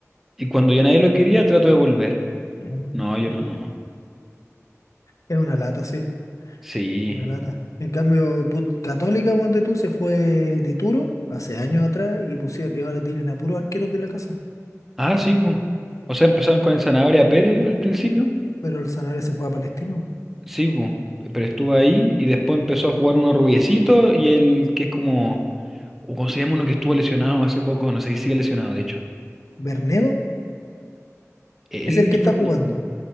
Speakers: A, in the centre; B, on the left.
A: y cuando ya nadie lo quería trató de volver.
B: Mm.
A: No, yo
B: es
A: no.
B: es una lata, sí,
A: Sí.
B: una lata. En cambio, put- Católica, ponte tú, se fue Dituro hace años atrás y pusieron, y ahora tienen a puros arqueros de la casa.
A: Ah, sí, pues. O sea, empezaron con el Zanahoria Pérez al principio.
B: Pero el Sanabria se fue a Palestino.
A: Sí, pues. Pero estuvo ahí y después empezó a jugar uno rubiecito y el que es como... O ¿cómo se llama uno que estuvo lesionado hace poco? No sé si sigue lesionado, de hecho.
B: Bernedo
A: Él
B: es el que está
A: fue...
B: jugando.
A: no.